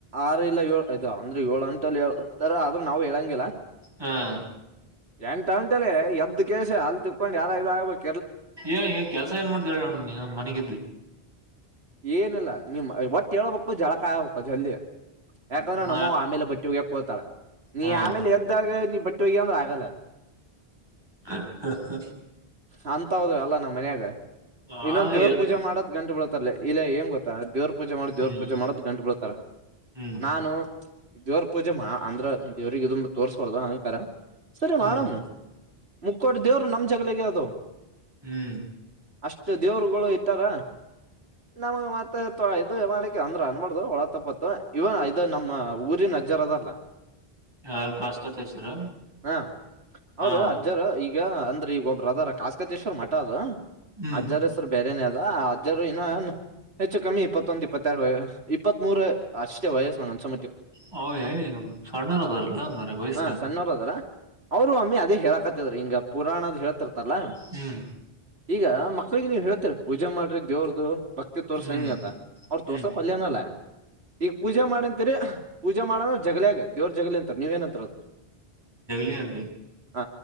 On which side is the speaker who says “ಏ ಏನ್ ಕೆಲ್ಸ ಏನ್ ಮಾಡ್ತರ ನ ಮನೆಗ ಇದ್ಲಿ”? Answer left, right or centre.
Right